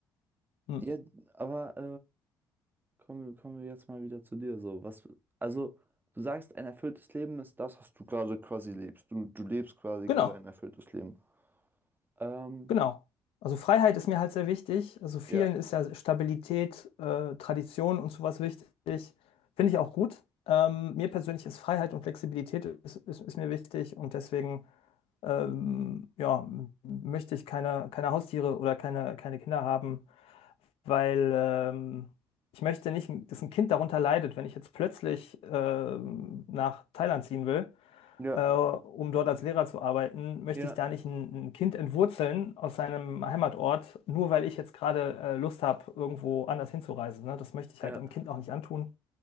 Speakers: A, on the left (about 65°); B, on the right (about 20°).
A: Hm.
B: Ja, aber äh, kommen wir, kommen wir jetzt mal wieder zu dir. So, was, also, du sagst, ein erfülltes Leben ist das, was du gerade quasi lebst. Du, du lebst quasi
A: Genau.
B: gerade ein erfülltes Leben. Ähm,
A: Genau. Also Freiheit ist mir halt sehr wichtig. Also vielen
B: ja.
A: ist ja Stabilität, äh, Tradition und sowas wichtig. Finde ich auch gut. Ähm, mir persönlich ist Freiheit und Flexibilität ist, ist, ist mir wichtig und deswegen ähm, ja, m- möchte ich keine, keine Haustiere oder keine, keine Kinder haben, weil ähm, ich möchte nicht, dass ein Kind darunter leidet, wenn ich jetzt plötzlich ähm, nach Thailand ziehen will
B: Ja,
A: äh, um dort als Lehrer zu arbeiten, möchte
B: ja,
A: ich da nicht ein, ein Kind entwurzeln aus seinem Heimatort, nur weil ich jetzt gerade äh, Lust habe, irgendwo anders hinzureisen. Ne? Das möchte ich
B: ja,
A: halt einem Kind auch nicht antun.